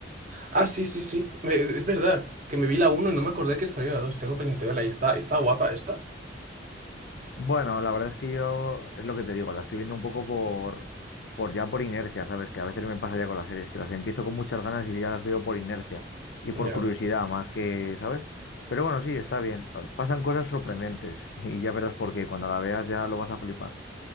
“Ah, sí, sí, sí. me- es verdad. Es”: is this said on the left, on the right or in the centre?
Right